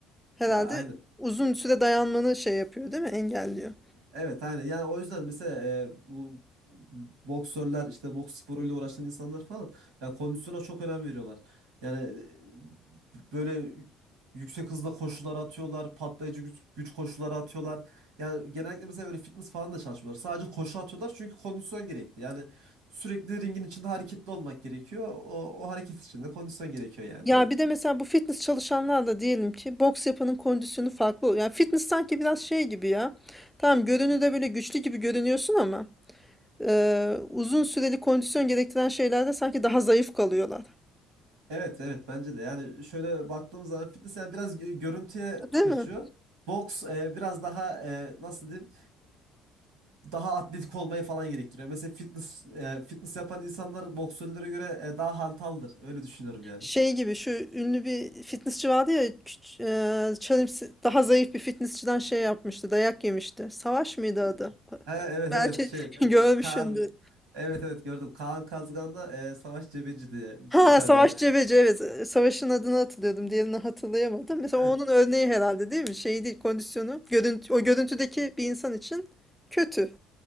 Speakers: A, in the centre; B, on the right.
A: Herhalde
B: Ya aynen.
A: uzun süre dayanmanı şey yapıyor değil mi? Engelliyor.
B: Evet aynen. Yani o yüzden mesela e, bu boksörler işte boks sporuyla uğraşan insanlar falan yani kondisyona çok önem veriyorlar. Yani e, böyle yüksek hızda koşular atıyorlar, patlayıcı güç, güç koşuları atıyorlar. Yani genellikle mesela böyle fitness falan da çalışmıyorlar. Sadece koşu atıyorlar çünkü kondisyon gerekli. Yani sürekli ringin içinde hareketli olmak gerekiyor. O, o hareket içinde kondisyon gerekiyor yani.
A: Ya bir de mesela bu fitness çalışanlarla diyelim ki boks yapanın kondisyonu farklı oluyor. Yani fitness sanki biraz şey gibi ya. Tamam görünürde böyle güçlü gibi görünüyorsun ama eee, uzun süreli kondisyon gerektiren şeylerde sanki daha zayıf kalıyorlar.
B: Evet evet bence de yani şöyle baktığımız zaman fitness yani biraz gö- görüntüye
A: Değil
B: kaçıyor.
A: mi?
B: Boks e, biraz daha e, nasıl diyeyim e, daha atletik olmayı falan gerektiriyor. Mesela fitness e, fitness yapan insanlar boksörlere göre e, daha hantaldır. Öyle düşünüyorum yani.
A: Şey gibi şu ünlü bir fitnessçi vardı ya küç- eee, Chalimsi- daha zayıf bir fitnessçiden şey yapmıştı dayak yemişti. Savaş mıydı adı?
B: Ha, evet
A: Belki
B: evet şey
A: <laughs>
B: e,
A: görmüşsündür.
B: Kaan evet evet gördüm. Kaan Kazgan'la e, Savaş Cebeci diye
A: Ha
B: bir tane
A: Savaş Cebeci evet. Savaş'ın adını hatırlıyordum. Diğerini hatırlayamadım. Mesela
B: evet.
A: onun örneği herhalde değil mi? Şey değil kondisyonu. Görüntü, o görüntüdeki bir insan için kötü.